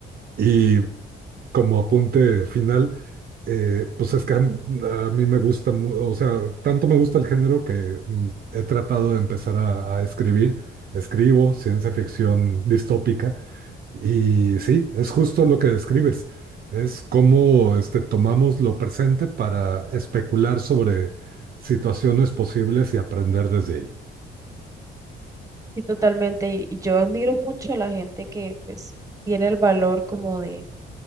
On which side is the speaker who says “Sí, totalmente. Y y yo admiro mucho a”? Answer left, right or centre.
Right